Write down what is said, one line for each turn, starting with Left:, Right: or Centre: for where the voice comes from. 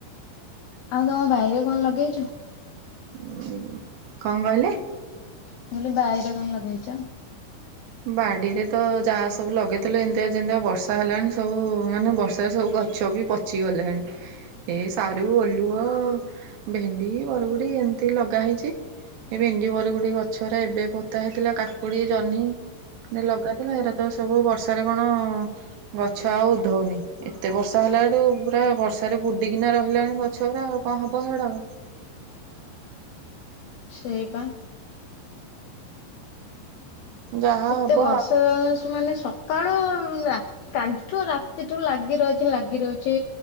Left: ଆଉ ତମ ବାଇରେ କଣ ଲଗେଇଛ?
Right: ଉ କଣ କହିଲେ?
Left: ମୁଁ କହିଲି ବାଇରେ କଣ ଲଗେଇଛ?
Right: ହ ବାଡିରେ ତ ଯାହା ସବୁ ଲଗେଇଥିଲେ ଏମିତିକା ଯେମିତିଆ ବର୍ଷା ହେଲାଣି ସବୁ ମାନେ ବର୍ଷାରେ ସବୁ ଗଛ ବି ପ ଚି ଗଲାଣି। ଏ ସାରୁ, ଓଲୁଅ, ଭେଣ୍ଡି, ବରଗୁଡି ଏମିତି ଲଗା ହେଇଛି। ଏ ଭେଣ୍ଡି, ବରଗୁଡି ଗଛ ଗୁରା ଏବେ ପୋତା ହେଇଥିଲା। କାକୁଡି, ଜହ୍ନି ନ ଲଗାଥିଲା ଏରା ତ ସବୁ ବର୍ଷାରେ କଣ ଗଛ ଆଉ ଉଧଉନି। ଏତେ ବର୍ଷା ହେଲାଠୁ ପୁରା ବର୍ଷାରେ ବୁଡିକିନା ରହିଲାଣି ଗଛ ଗୁରା ଆଉ କଣ ହବ ସେଇଗୁଡାକ?
Left: ଛେଇପା
Right: ଯାହା
Left: ଏତେ
Right: ହବ
Left: ବର୍ଷା ଜ ମାନେ ସକାଳୁ ରା କାଲିଠୁ ରାତିଠୁ ଲାଗି ରହିଛି। ଲାଗି ରହୁଛି